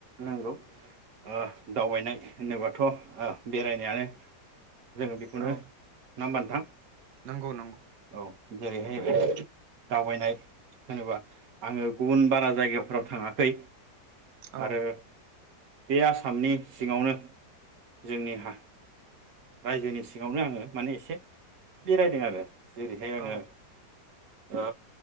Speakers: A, on the right; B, on the right.
A: नांगौ ओ दावबायनाय होनोबाथ' बेरायनायानो। जोङो बेखौनो
B: औ
A: नङा होमबा नोंथां?
B: नंगौ नंगौ।
A: ओ औ जेरैहाय दावबायनाय होनोबा आङो गुबुन बारा जायगाफोराव थाङाखै।
B: औ
A: आरो बे आसामनि सिङावनो जोंनिहा रायजोनि सिङावनो आङो माने एसे बेरायदों आरो जेरैहाय आङो
B: औ
A: ओ